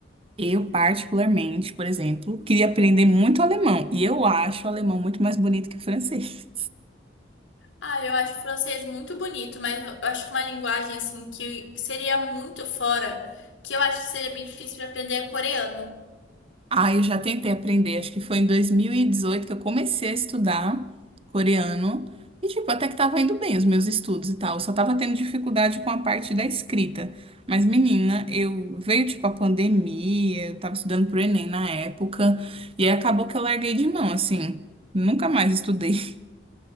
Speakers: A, on the right; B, on the left.
A: Eu, particularmente, por exemplo, queria aprender muito alemão, e eu acho o alemão muito mais bonito que o francês.
B: Ah, eu acho o francês muito bonito, mas eu acho uma linguagem assim que seria muito fora, que eu acho que seria bem difícil de aprender é coreano.
A: Ah, eu já tentei aprender, acho que foi em 2018 que eu comecei a estudar coreano. E, tipo, até que tava indo bem os meus estudos e tal. Eu só tava tendo dificuldade com a parte da escrita. Mas, menina, eu veio, tipo, a pandemia, eu tava estudando pro Enem na época. E aí acabou que eu larguei de mão, assim. Nunca mais estudei. <laughs>